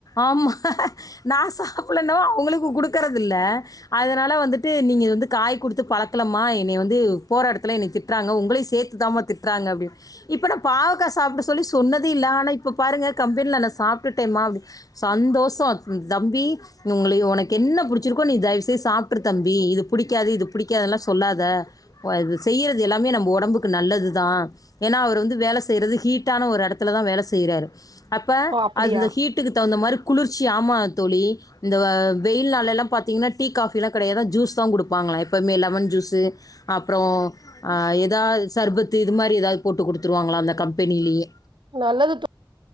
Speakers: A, on the left; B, on the right.
A: ஆம நான் சாப்பிலனவு அவங்களுக்கு குடு இல்ல அதனால வந்துட்டு நீங்க வந்து காய் கொடுத்து பழக்கலமா என்னய வந்து போற எடத்தில்ல என்னய திட்றாங்க உங்கள சேர்த்துதா திட்றாங்கு அப்டினு இப்பனா பாவக்கா சாப்பிட சொல்லி சொன்னதே இல்ல ஆனா இப் இப்ப பாரு கம்பெனில நான் சாப் பிட்டேன்மாது சந்தோஷம் தம்பி உங்களய உனக் க்கு என்ன புடிச்சிருக்கோ நீ தயவுசெயு சாப்பிட்ரு தம்பி இது புடிக்காது இது புிடிக்காதுலா சொல்லாத இது செய்யறது எல்லாமே நம்ம உடம்புக்கு நல்லதுதான் ஏன்னா அவர் வந்து வேல செய்யறது ஹீட்டான ஒரு இடத்துலதான் வேல செய்யறாரு அப்போ
B: ஓ அப்டியா
A: அதுந்த ஹீட்டுக்கு தகுந்த மாரி குளிர்ச்சி ஆமா தோழி இந்த வெயில்நாளல்லா பாத்தீங்கன்னா டீ காஃபிலா கிடையாதான் ஜூஸ் தான் கொடுப்பாங்களா எப்போயுமே லெமன் ஜூஸு அப்புறோ ஏதாவ சர்பத் த்து இது மாரி ஏதாவது போட்டு கொடுத்துருவாங்களா அந்த கம்ப பெண்ணிலேயே
B: நல்லது தோ